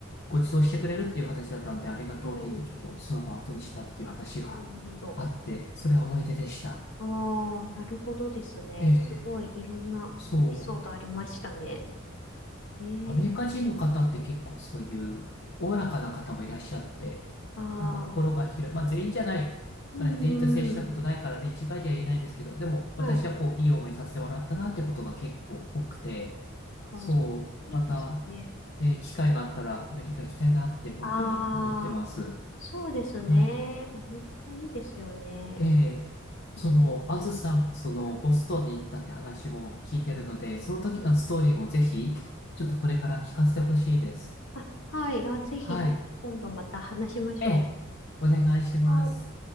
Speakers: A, on the left; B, on the left.
A: ご馳走してくれるっていう形だったんで、ありがとうって言って、
B: はい。
A: ちょっとその場を後にしたっていう話があって、
B: うん。なるほど。
A: それは思い出でした。
B: ああ、なるほどですね。
A: ええ、ええ
B: すごいいろんなエピソードありましたね。
A: そう。
B: ええ
A: アメリカ人の方って結構そういうおおらかな方もいらっしゃって、
B: ああ。
A: なんか心が広い。まあ全員じゃない。
B: うんうん。
A: まあ全員と接したことないからね、一概では言えないですけど、でも私はこう、
B: はい。
A: いい思いさせてもらったなってことが結構多くて、
B: あ、
A: そう、
B: いいですね。
A: また、えー機会があったらアメリカ行きたいなって本当に思ってます。
B: ああ。そうですね。
A: はい。
B: アメリカいいですよね。
A: ええ、
B: 私も。
A: その、あずさんがその、
B: はい。
A: ボストンに行ったって話も聞いてるので、その時のストーリーもぜひ、
B: もう
A: ちょっとこれから聞かせてほしいです。
B: あ、はい。あ、ぜひ、
A: はい。
B: ぜひ今度また話しましょ
A: ええ、お願いします。
B: う。はい。